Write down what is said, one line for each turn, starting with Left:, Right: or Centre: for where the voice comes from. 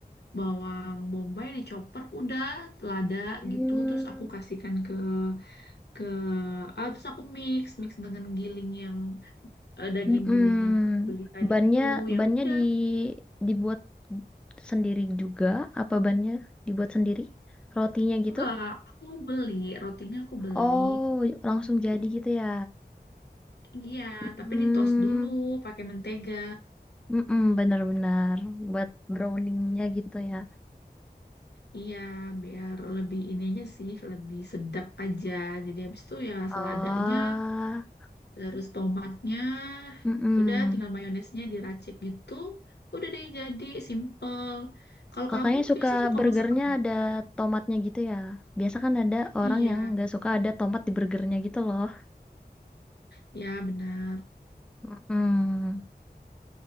Left: bawang bombay dicoper, udah lada
Centre: Hmm.
Left: gitu. Terus aku kasihkan ke ke ah, terus aku mix mix dengan giling yang eh, daging
Centre: Mm-mm.
Left: giling yang aku beli tadi
Centre: Bannya
Left: itu ya
Centre: bannya
Left: udah
Centre: di dibuat sendiri juga apa bannya dibuat sendiri? Rotinya gitu?
Left: enggak aku beli rotinya aku beli
Centre: Oh, langsung jadi
Left: gitu.
Centre: gitu ya.
Left: iya
Centre: Hmm,
Left: tapi di toast dulu pakai mentega
Centre: mm-mm, benar-benar buat browningnya gitu ya.
Left: iya biar lebih ini aja sih lebih sedap aja jadi habis itu ya
Centre: Ah,
Left: seladanya terus tomatnya
Centre: mm-mm.
Left: udah tinggal mayonesnya diracik gitu udah deh jadi simple kalau
Centre: Kakaknya
Left: kamu
Centre: suka
Left: biasa suka
Centre: burgernya
Left: masak apa
Centre: ada tomatnya gitu ya. Biasa kan ada orang
Left: Iya,
Centre: yang nggak suka ada tomat di burgernya gitu loh.
Left: Ya, benar.
Centre: Mm-mm.